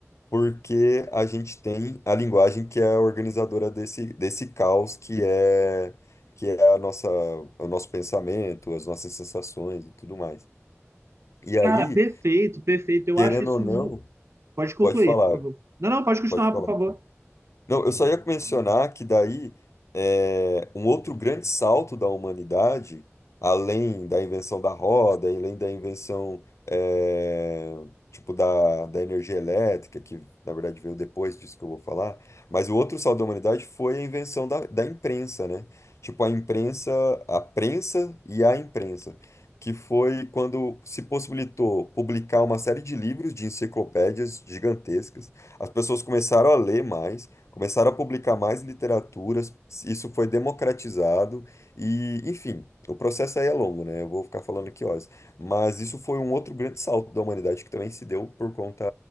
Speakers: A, on the left; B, on the right.
A: porque a gente tem a linguagem que é a organizadora desse, desse caos que é, que é a nossa, o nosso pensamento, as nossas sensações e tudo mais. E aí,
B: Cara, perfeito, perfeito. Eu
A: querendo
B: acho isso.
A: ou não,
B: mu- Pode concluir,
A: pode falar,
B: por favor. Não, não, pode continuar,
A: pode falar.
B: por favor.
A: então. Não, eu só ia mencionar que daí é, um outro grande salto da humanidade, além da invenção da roda, além da invenção é, tipo da, da energia elétrica, que na verdade veio depois disso que eu vou falar, mas o outro salto da humanidade foi a invenção da, da imprensa, né? Tipo a imprensa, a prensa e a imprensa, que foi quando se possibilitou publicar uma série de livros, de enciclopédias gigantescas. As pessoas começaram a ler mais. Começaram a publicar mais literaturas, isso foi democratizado e, enfim, o processo aí é longo, né? Eu vou ficar falando aqui horas. Mas isso foi um outro grande salto da humanidade que também se deu por conta